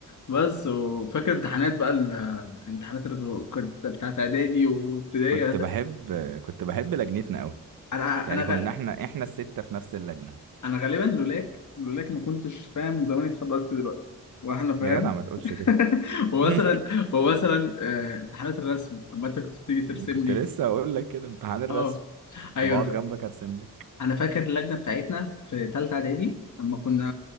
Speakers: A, on the left; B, on the right.
A: بس وفاكر امتحانات بقى ال- الامتحانات اللي كنت بتاعت اعدادي وابتدائي
B: كنت بحب كنت بحب لجنتنا قوي
A: انا
B: يعني
A: انا غالب
B: كنا احنا احنا الستة في نفس اللجنة
A: انا غالبا لولاك لولاك ما كنتش فاهم زماني اتخرجت دلوقتي واحنا فاهم
B: يا جدع ما تقولش
A: <laughs>
B: كده
A: ومثلا
B: <laughs>
A: ومثلا آه، امتحانات الرسم اما انت كنت بتيجي ترسم
B: كنت
A: لي
B: لسه هقول لك كده امتحان الرسم
A: اه ايوه
B: كنت بقعد
A: انا ف...
B: جنبك ارسم لك
A: انا فاكر اللجنه بتاعتنا في ثالثه اعدادي اما كنا